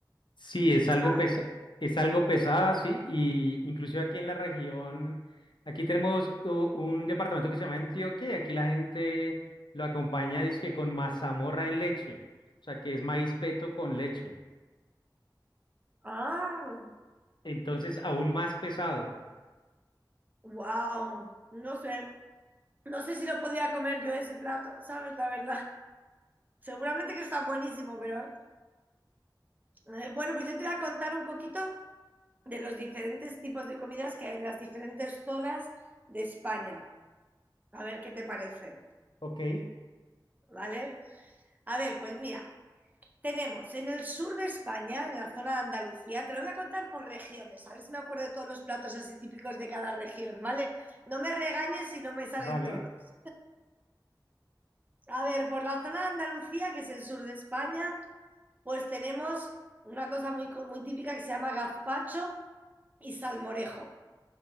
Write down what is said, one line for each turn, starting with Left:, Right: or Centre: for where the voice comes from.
Left: Sí,
Right: muy
Left: es
Right: pesado.
Left: algo pesa- es algo pesada, sí, y inclusive aquí en la región, aquí tenemos u- un departamento que se llama Antioquia y aquí la gente lo acompaña, dizque con mazamorra en leche, o sea, que es maíz peto con leche.
Right: Ah,
Left: Entonces, aún más pesado.
Right: wow, no sé, no sé si lo podría comer yo ese plato, ¿sabes? La verdad, seguramente que está buenísimo, pero eh, bueno, pues yo te voy a contar un poquito de los diferentes tipos de comidas que hay en las diferentes zonas de España. A ver qué te parece,
Left: Ok,
Right: ¿vale? A ver, pues mira, Tenemos en el sur de España, en la zona de Andalucía, te lo voy a contar por regiones, a ver si me acuerdo de todos los platos así típicos de cada región, ¿vale? No me regañes si no me salen
Left: vale,
Right: todos. A ver, por la zona de Andalucía, que es el sur de España, pues tenemos una cosa muy, co- muy típica que se llama gazpacho y salmorejo.